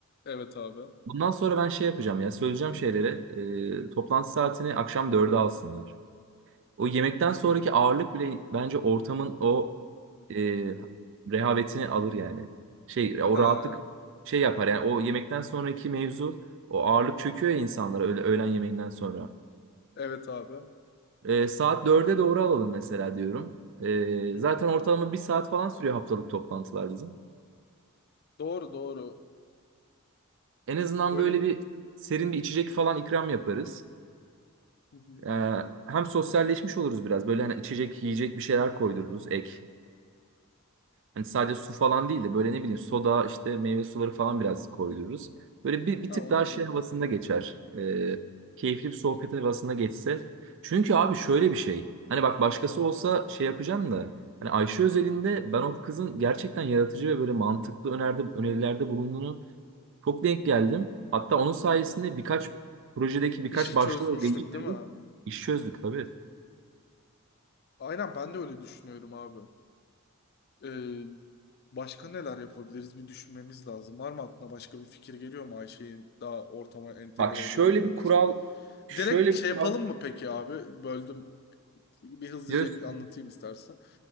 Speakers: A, on the left; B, on the right.
A: Evet abi.
B: Bundan sonra ben şey yapacağım ya söyleyeceğim şeylere e, toplantı saatini akşam dörde alsınlar. O yemekten sonraki ağırlık bile bence ortamın o e, rehavetini alır yani. Şey o
A: Ha,
B: rahatlık şey yapar yani o yemekten sonraki mevzu o ağırlık çöküyor ya insanlara öyle öğlen yemeğinden sonra.
A: evet abi.
B: E, saat dörde doğru alalım mesela diyorum. E,
A: Hı hı.
B: zaten ortalama bir saat falan sürüyor haftalık toplantılar bizim.
A: Doğru doğru.
B: En azından
A: Öyle
B: böyle bir serin
A: Hı hı.
B: bir içecek falan ikram yaparız.
A: Hı hı.
B: Ee, hem sosyalleşmiş oluruz biraz. Böyle hani içecek, yiyecek bir şeyler koydururuz ek. Hani sadece su falan değil de böyle ne bileyim soda, işte meyve suları falan biraz koydururuz. Böyle bir, bir
A: Ha,
B: tık
A: olabilir
B: daha şey
A: abi.
B: havasında geçer. Ee, keyifli bir sohbet havasında geçse. Çünkü abi şöyle bir şey. Hani bak başkası olsa şey yapacağım da. Hani Ayşe özelinde ben o kızın gerçekten yaratıcı ve böyle mantıklı öneride, önerilerde bulunduğunu çok denk geldim. Hatta onun sayesinde birkaç projedeki birkaç
A: İşi
B: başlığı
A: çözmüştük
B: da değiştirdik.
A: değil mi?
B: İş çözdük tabii.
A: Aynen ben de öyle düşünüyorum abi. Ee, başka neler yapabiliriz bir düşünmeniz lazım. Var mı aklına başka bir fikir geliyor mu Ayşe'yi daha ortama entegre
B: Bak şöyle
A: edebilmek
B: bir kural,
A: için?
B: şöyle
A: Direkt şey
B: bir
A: yapalım
B: kural.
A: mı peki abi? Böldüm. bir hızlıca
B: Biliyorsun.
A: anlatayım istersen.